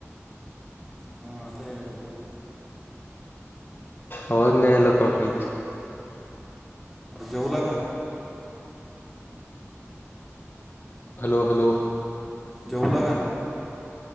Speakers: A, in the centre; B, on the left.
A: हा आता याला बोल,
B: आवाज नाही याला का काहीच
A: अरे जेवला का?
B: हॅलो, हॅलो,
A: जेवला का?